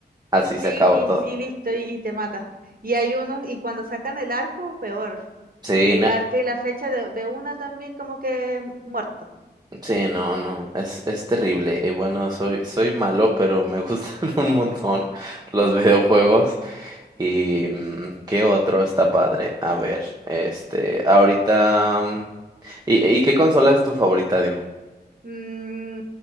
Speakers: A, on the right; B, on the right.
A: así
B: Sí,
A: se acabó todo.
B: y, y listo, y, y te mata. Y hay unos, y cuando sacan el arco, peor.
A: Sí,
B: El
A: no,
B: arco y la flecha de, de una también como que muerto.
A: Sí, no, no, es, es terrible. Y bueno, soy, soy malo, pero me gustan <laughs> un montón los videojuegos. ¿Y mm, qué otro está padre? A ver, este, ahorita... mm, ¿Y, y qué consola es tu favorita? Dime.
B: Mm,